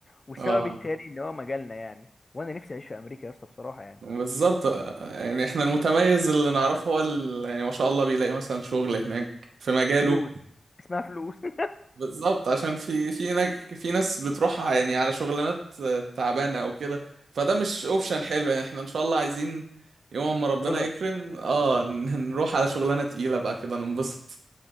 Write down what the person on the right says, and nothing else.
اه
بالظبط آه، يعني احنا المتميز اللي نعرفه هو ال- يعني ما شاء الله بيلاقي مثلا شغل هناك في مجاله
بالظبط عشان في في ناج... في ناس بتروح يعني على شغلانات آه، تعبانه او كده فده مش اوبشن حلو يعني احنا ان شاء الله عايزين يوم ما ربنا
يكرم اه <laughs> ن- نروح على شغلانه تقيله بقى كده ننبسط